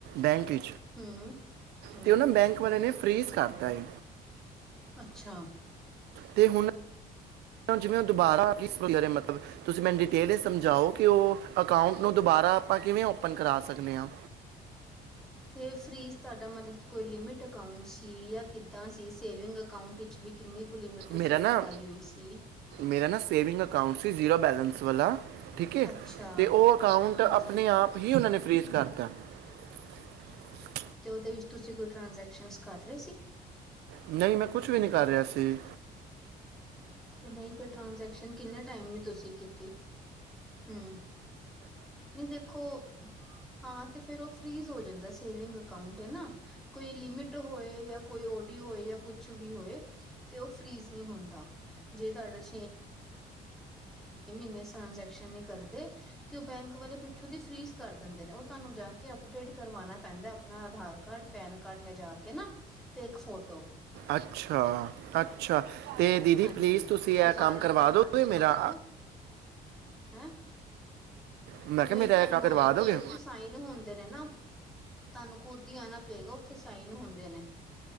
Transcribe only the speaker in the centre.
ਹੂੰ ਹੂੰ
ਅੱਛਾ।
ਤੇ ਫਰਿਜ਼ ਤੁਹਾਡਾ ਮਤਲਬ ਕਿ ਕੋਈ ਲਿਮਿਟ ਅਕਾਊਂਟ ਸੀ ਜਾਂ ਕਿੱਦਾਂ ਸੀ ਸੇਵਿੰਗ ਅਕਾਂਊਟ ਵਿੱਚ ਵੀ ਕਿੰਨੀ ਲਿਮਿਟ ਤੁਸੀਂ
ਰਖਵਾਈ
ਹੋਈ ਸੀ।
ਅੱਛਾ।
ਹਾਂਜੀ
ਅਤੇ ਉਹਦੇ ਵਿੱਚ ਤੁਸੀਂ ਕੋਈ ਟ੍ਰਾਂਜੈਕਸ਼ਨਸ ਕਰ ਰਹੇ ਸੀ
ਤੇ ਨਹੀਂ ਫਿਰ ਟ੍ਰਾਂਜੈਕਸ਼ਨ ਕਿੰਨੇ ਟਾਈਮ ਵਿੱਚ ਤੁਸੀਂ ਕੀਤੀ ਹੂੰ ਨਹੀਂ ਦੇਖੋ ਹਾਂ ਤੇ ਫੇਰ ਉਹ ਫੀਜ਼ ਹੋ ਜਾਂਦਾ ਸੇਵਿੰਗ ਅਕਾਊਂਟ ਹੈ ਨਾ ਕੋਈ ਲਿਮਿਟ ਹੋਏ ਜਾਂ ਕੋਈ ਓਡੀ ਹੋਏ ਜਾਂ ਕੁਛ ਕੁੱਛ ਵੀ ਹੋਏ ਤੇ ਉਹ ਫਰੀਜ਼ ਨਹੀਂ ਹੁੰਦਾ ਜੇ ਤੁਹਾਡੇ ਛੇ ਮਹੀਨੇ ਟ੍ਰਾਂਜੈਕਸ਼ਨ ਨੀ ਕਰਦੇ ਤੇ ਉਹ ਬੈਂਕ ਵਾਲੇ ਪਿੱਛੋਂ ਦੀ ਫੀਸ ਕਰ ਦਿੰਦੇ ਨੇ ਉਹ ਤੁਹਾਨੂੰ ਜਾ ਕੇ ਅਪਡੇਟ ਕਰਵਾਣਾ ਪੈਂਦਾ ਆਪਣਾ ਆਧਾਰ ਕਾਰਡ ਪੈਨ ਕਾਰਡ ਲੈਜ ਕੇ ਨਾ ਤੇ ਇੱਕ ਫੋਟੋ
ਹਾਂਜੀ
ਉਹ
ਫਾਰਮ
ਭਰਵਾਣਗੇ
ਉੱਥੋਂ ਹੈਂ।
ਨਹੀਂ
ਤੁਹਾਨੂੰ
ਆਉਣਾ ਪਏਗਾ
ਕਿਿ ਸਾਈਨ ਹੁੰਦੇ ਨੇ ਨਾ ਤੁਹਾਨੂੰ ਖੁੱਦ ਹੀ ਆਣਾ ਪਏਗਾ ਉੱਥੇ ਸਾਈਨ ਹੁੰਦੇ ਨੇ